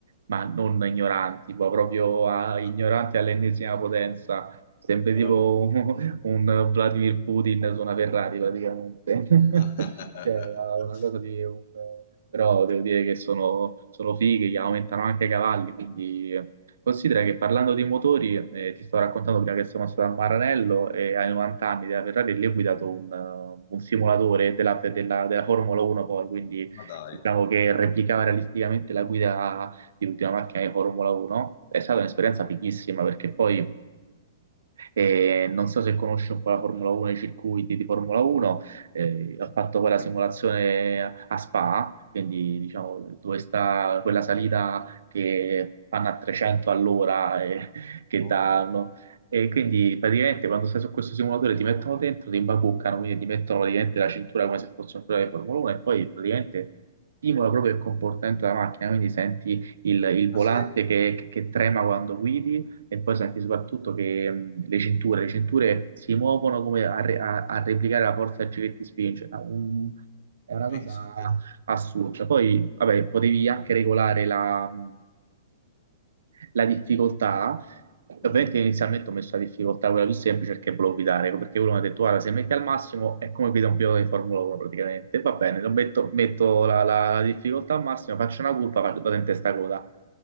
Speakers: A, on the right (about 80°); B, on the left (about 60°).
A: ma non ignoranti, ma proprio a-
B: <laughs>
A: ignoranti all'ennesima potenza. Sempre
B: Allora.
A: tipo un, un Vladimir Putin su una Ferrari praticamente. <laughs>
B: <laughs>
A: Cioè, una cosa di un- Però devo dire che sono, sono fighe, che aumentano anche i cavalli, quindi... eh, Considera che parlando di motori, eh, ti sto raccontando prima che sono stato a Maranello e ai 90 anni della Ferrari lì ho guidato un, eh, un simulatore della, della- della Formula 1 poi, quindi
B: Ma dai.
A: diciamo che replicava realisticamente la guida di l'ultima macchina di Formula 1. È stata un'esperienza
B: Mm.
A: fighissima perché poi e non so se conosci un po' la Formula 1, i circuiti di Formula 1, eh, ho fatto poi la
B: Sì.
A: simulazione a a Spa, quindi diciamo dove sta quella salita che fanno a 300 all'ora e <laughs> che
B: Oh,
A: danno. E quindi praticamente quando stai su questo simulatore ti mettono dentro, ti imbacuccano, quindi ti mettono praticamente la cintura come se fosse un pilota di Formula 1 e poi praticamente stimola proprio il comportamento della macchina, quindi senti il, il
B: ah
A: volante
B: sì,
A: che, che- che trema quando guidi e poi senti soprattutto che mh, le cinture, le cinture si muovono come a, re- a- a replicare la forza che ti spinge. Ah, un- è una
B: pensa.
A: cosa
B: a te.
A: assurda. Poi, vabbè, potevi anche regolare la, mh, la difficoltà. Ovviamente
B: Mhm.
A: inizialmente ho messo la difficoltà quella più semplice perché volevo guidare, ecco, perché uno mi ha detto, guarda, se metti al massimo è come guida un pilota di Formula 1 praticamente. Va bene, lo metto, metto la, la- la difficoltà al massimo, faccio una curva, faccio vado in testa coda.